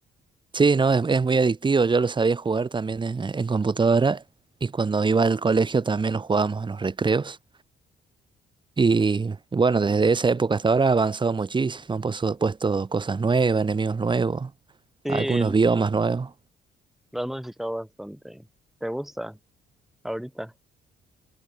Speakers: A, on the right; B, in the centre.
A: Sí, no, es, es muy adictivo. Yo lo sabía jugar también en, en computadora. Y cuando iba al colegio también lo jugábamos en los recreos. Y bueno, desde esa época hasta ahora ha avanzado muchísimo, han puesto, puesto cosas nuevas, enemigos nuevos,
B: Sí,
A: algunos biomas nuevos.
B: lo han modificado bastante. ¿Te gusta ahorita?